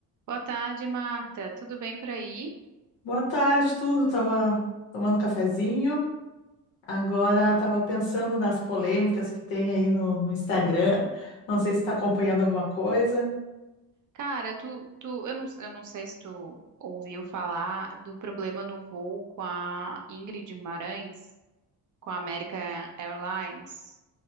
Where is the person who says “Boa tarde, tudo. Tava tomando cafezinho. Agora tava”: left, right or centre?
Left